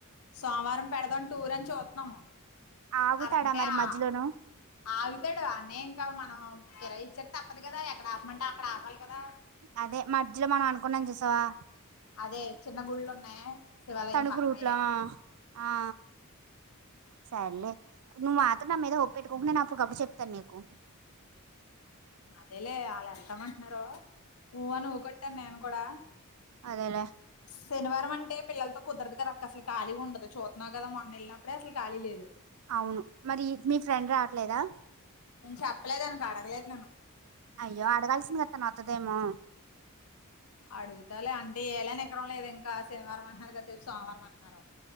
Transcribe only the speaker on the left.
సోమవారం పెడదాం టూర్ అని చూతన్నం
అరంటే
ఆ
ఆగుతాడు అన్నే ఇంకా మనం కిరా ఇచ్చాక తప్పదు కదా ఎక్కడ ఆపమంటే అక్కడ ఆపాలి కదా
అదే చిన్న గుళ్లు ఉన్నాయి శివాలయం
పక్కన
అయ్యేనా
అదేలే వాళ్ళు వెళ్తామంటున్నారు ఊవుని ఊ కొట్టాను నేను కూడా
శనివారం అంటే పిల్లలతో కుదరదు కదా అక్క అసలు ఖాలీ ఉండదు చూతున్నావు కద మొన్న వెళ్ళినప్పుడే అసలు ఖాలీ లేదు
నేను చెప్పలేదు అనకు అడగలేదు నేను
అడుగుతాలే అంటే ఏళని ఎకరం లేదు ఇంకా శనివారం అంటన్నారు కాసేపు సోమవారం అంటున్నారు